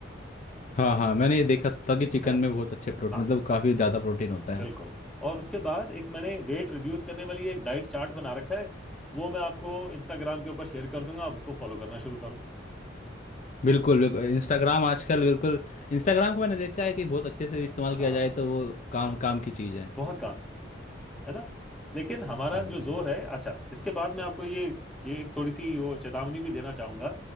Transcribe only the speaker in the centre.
है ना
हाँ
बिल्कुल
और उसके बाद एक मैंने वेट रिड्यूस करने वाली एक डाइट चार्ट बना रखा है वो मैं आपको इंस्टाग्राम के ऊपर शेयर कर दूंगा आप उसको फॉलो करना शुरू करो
हाँ
बहुत काम की चीज है है ना लेकिन हमारा
जो
जोर
है अच्छा इसके बाद मैं आपको ये ये एक थोड़ी सी वो चेतावनी भी देना चाहूंगा